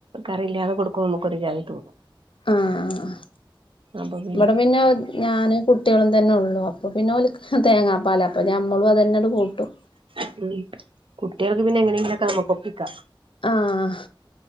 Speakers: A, on the right; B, on the left.
A: കറിയില്ലാതെ കൊടുക്കുമ്പോ നമുക്കൊരു ജാതി തോന്നും
B: ആഹ് ആഹ് ആഹ
A: അപ്പം
B: ഇവിടെ പിന്നെ ഞാനും കുട്ടികളും തന്നെ ഉള്ളു അപ്പൊ പിന്നെ ഒല്ക്ക്‌ തേങ്ങാപ്പാല അപ്പോ നമ്മളും അത് ന്നെ ആണ് കൂട്ടും
A: ഉം കുട്ടികൾക്ക് പിന്നെ എങ്ങനെയെങ്കിലൊക്കെ നമുക്കൊപ്പിക്കാം.
B: ആഹ്